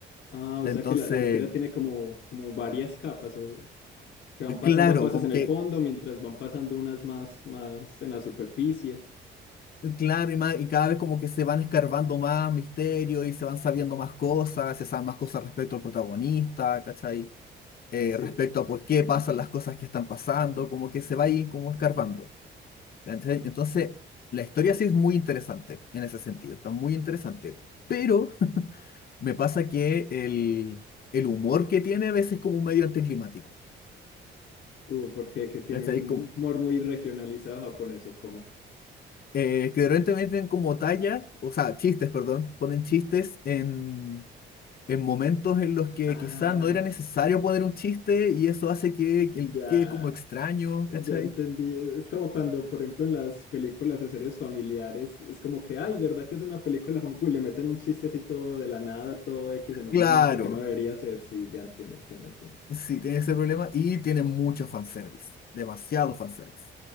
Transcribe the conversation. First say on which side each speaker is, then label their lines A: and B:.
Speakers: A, on the left; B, on the left.
A: Ah, o
B: Entonces,
A: sea que la, la historia tiene como, como varias capas o que van
B: eh,
A: pasando
B: claro,
A: cosas
B: como
A: en
B: que,
A: el fondo mientras van pasando unas más, más en la superficie.
B: eh, claro, y, ma- y cada vez como que se van escarbando más misterios y se van sabiendo más cosas, se saben más cosas respecto al protagonista, ¿cachai? Eh,
A: Sí.
B: respecto a por qué pasan las cosas que están pasando, como que se va ahí como escarbando. ¿Cachai? Entonces, la historia sí es muy interesante en ese sentido, está muy interesante, pero me pasa que el, el humor que tiene a veces es como un medio anticlimático,
A: Uh, porque que tiene
B: ¿cachai?
A: un
B: Como,
A: humor muy regionalizado japonés o cómo.
B: eh, que de repente meten como talla, o sea, chistes, perdón, ponen chistes en, en momentos en los que
A: Ah,
B: quizás no era necesario poner un chiste y eso hace que, que
A: ya,
B: quede como extraño,
A: ya
B: ¿cachai?
A: entendí. Es como cuando, por ejemplo, en las películas o series familiares, es como que, ay, ¿verdad que es una película? fami-?" Pues le meten un chiste así todo de la nada, todo X en un
B: Claro,
A: momento que no debería ser. Sí, ya entiendo, entiendo, entiendo.
B: sí, tiene ese problema y tiene mucho fanservice, demasiado fanservice.